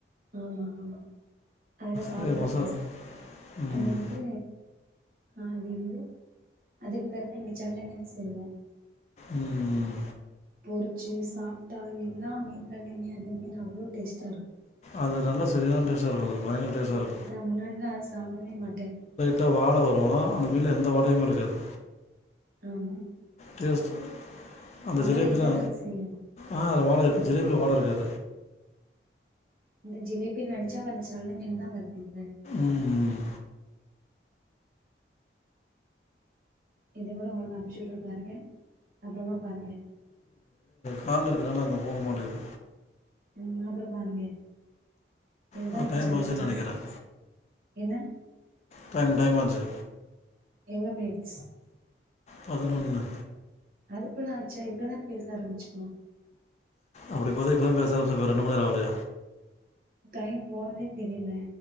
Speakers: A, on the right (about 50°); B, on the left (about 40°).
A: ஆமா ஆமா அதெல்லா சாப்ட்டுருக்கே
B: சரி மோசம் ம்
A: அது என்து ஆ அது வந்து அதுக்கு பிறகுதா எங்க சல்ல மீன் சொல்வோ
B: ம்
A: பொறிச்சு சாப்ட்டா எல்லா மீன்கள்லையுமே அந்த மீன் அவ்வளோ டேஸ்ட்டா இருக்கு
B: அது நல்ல சரியான டிஷ் இருக்கும்து பயங்கர டேஸ்ட்டா இருக்கும்
A: நா முன்னாடிதா அத சாப்டவே மாட்டே
B: ட வாட வரு அந்த மீன்ல எந்த வாடையுமே இருக்காது
A: ஆம்
B: டேஸ்ட் அந்த
A: வாட
B: ஜிலேபி
A: இருக்கதான
B: தா
A: செய்யு
B: ஆ அது வாட இருக்காது ஜிலேபியில் வாடருக்காது
A: இந்த ஜிலேபினு அடிச்சா நீ சொன்ன மீன்தா வருது இத
B: ம்
A: இத கூட உங்களுக்கு அனுப்பி விடுறே பாருங்க அப்பறமா பாருங்க
B: கால்ல இருக்கனால அங்கே போக மாட்டேது
A: ம் அப்பற பருங்க இதுதா
B: ஆ
A: இங்க
B: டைம்
A: சல்ல
B: ஆச்சுன்னு
A: மீன்ஸ்
B: நினைக்கிறேன்
A: என்ன
B: டைம் டைமாச்சு
A: எவ்ளோ மினிட்ஸ்
B: பதினொன்னு
A: அதுக்கு நான்ச்சா இப்பதானே பேச ஆரம்பிச்சோ
B: அப்டி பாத்தா இப்பதா பேச ஆரம்பிச்சோ இப்ப ரெண்டு மண் நேர ஆகுதே
A: டைம் போறதே தெரியல